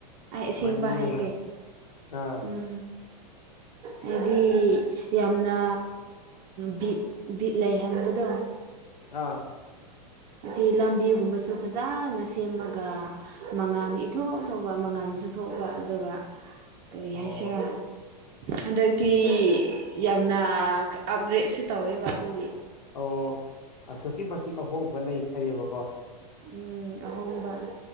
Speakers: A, on the right; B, on the left.
A: ꯑꯩ ꯑꯁꯦꯡꯕ
B: ꯈ꯭ꯋꯥꯏꯗꯒꯤ
A: ꯍꯩꯒꯦ
B: ꯅꯨꯡꯉꯥꯏ ꯑꯥ
A: ꯎꯝ ꯍꯥꯏꯗꯤ ꯌꯥꯝꯅ ꯕꯤꯠ ꯕꯤꯠ ꯂꯩꯍꯟꯕꯗꯣ
B: ꯑꯥ
A: ꯑꯁꯤ ꯂꯝꯕꯤꯒꯨꯝꯕꯁꯨ ꯐꯖꯅ ꯁꯦꯝꯃꯒ ꯃꯉꯥꯜ ꯏꯊꯣꯛꯊꯧꯕ ꯃꯉꯥꯜꯁꯨ ꯊꯣꯛꯣꯛꯕ ꯑꯗꯨꯒ ꯀꯔꯤ
B: ꯑꯣ
A: ꯍꯥꯏꯁꯤꯔꯣ ꯍꯟꯗꯛꯇꯤ ꯌꯥꯝꯅ ꯑꯞꯒ꯭ꯔꯦꯗꯁꯨ ꯇꯧꯋꯦꯕ ꯑꯗꯨꯒꯤ
B: ꯑꯣ ꯑꯁꯨꯛꯀꯤ ꯃꯇꯤꯛ ꯑꯍꯣꯡꯕ ꯂꯩꯈꯔꯤꯕꯀꯣ
A: ꯎꯝ ꯑꯍꯣꯡꯕ